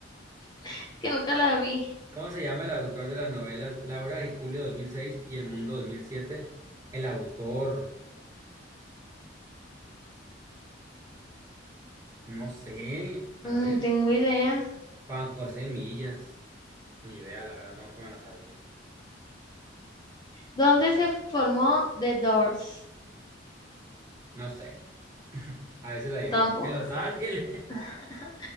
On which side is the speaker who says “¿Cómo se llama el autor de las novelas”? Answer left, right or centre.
Right